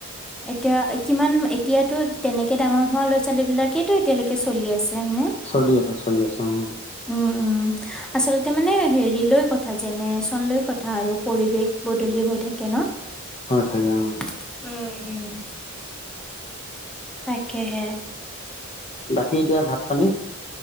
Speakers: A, in the centre; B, on the left.
A: এতিয়া কিমান এতিয়াতো তেনেকে ডাঙৰ হোৱা ল'ৰা ছোৱালীবিলাকেইতো এতিয়ালেকে চলি আছে হয়নে?
B: চলি আছে চলি আছে, উম'।
A: উম উম' আচলতে মানে হেৰি লৈ কথা জেনেৰেচন লৈ কথা আৰু পৰিৱেশ- বদলি হৈ থাকে। ন?
B: হয় থাকে অঁ।
A: উম উম' তাকেহে।
B: বাকী এতিয়া ভাত পানী?